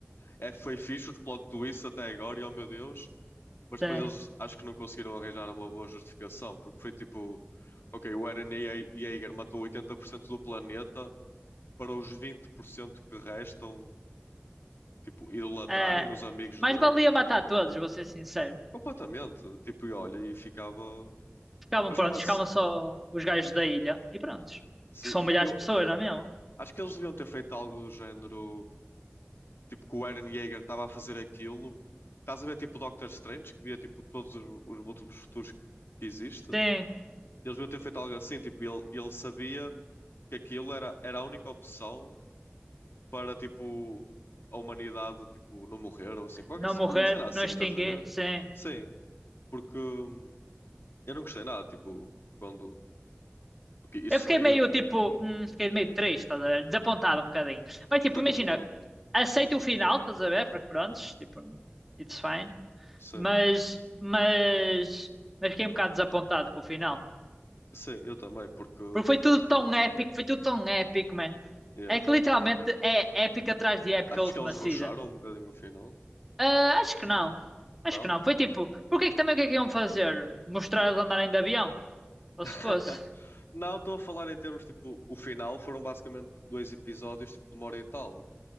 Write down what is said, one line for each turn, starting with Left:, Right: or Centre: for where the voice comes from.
Left: é, foi fixe o plot twist até agora e oh meu Deus. Mas
Centre: sim.
Left: depois eles acho que não conseguiram arranjar uma boa justificação. Porque foi tipo, ok, o Eren Ye- Yeager matou 80% do planeta para os 20% que restam tipo, idolatrarem
Centre: É.
Left: os amigos
Centre: Mas
Left: dele,
Centre: valia
Left: tipo,
Centre: matar
Left: não,
Centre: todos, vou ser sincero.
Left: completamente, tipo, e olha, e ficava,
Centre: Ficavam
Left: mas
Centre: prontos,
Left: mesmo assim,
Centre: ficavam só os gajos da ilha. E prontos.
Left: sim,
Centre: Que são milhares
Left: eu
Centre: de pessoas, não é mesmo?
Left: acho que eles deviam ter feito algo do género, tipo, que o Eren Yeager estava a fazer aquilo, estás a ver, tipo, Doctor Strange, que via, tipo, todos os, os múltiplos futuros que, que existe,
Centre: Sim.
Left: eles deviam ter feito algo assim, tipo, ele, ele sabia que aquilo era, era a única opção para, tipo, a humanidade, tipo, não morrer, ou assim, qualquer,
Centre: Não morrer,
Left: qualquer cena assim,
Centre: não extinguir,
Left: estás a ver?
Centre: sim.
Left: Sim, porque... hum, Eu não gostei nada, tipo, quando. Porque isso
Centre: Eu fiquei
Left: foi.
Centre: meio, tipo, hum, fiquei meio triste, estás a ver? Desapontado um bocadinho. Mas, tipo,
Left: Foi
Centre: imagina,
Left: como eu.
Centre: aceito o final, estás a ver? Porque prontos, tipo, it's fine.
Left: Sim.
Centre: Mas, mas, mas fiquei um bocado desapontado com o final.
Left: Sim, eu também, porque.
Centre: Porque foi tudo tão épico, foi tudo tão épico, man.
Left: Yeah.
Centre: É que literalmente é épica atrás de épica
Left: Achas
Centre: a última
Left: que eles rusharam
Centre: season.
Left: um bocadinho o final?
Centre: Ah, acho que não.
Left: Não?
Centre: Acho que não. Foi tipo, porque é que também o que é que iam fazer? Mostrar eles andarem de avião? Ou
Left: <laughs>
Centre: se fosse?
Left: Não, estou a falar em termos, tipo, o final foram basicamente dois episódios, tipo, de uma hora e tal.